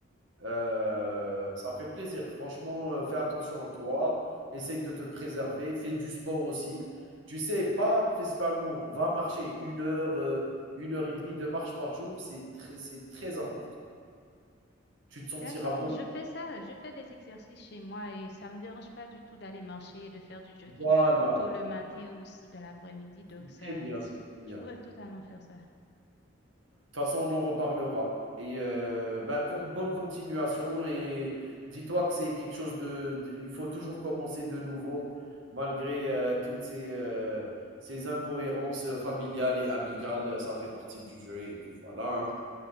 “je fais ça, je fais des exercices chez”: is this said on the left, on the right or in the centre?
Left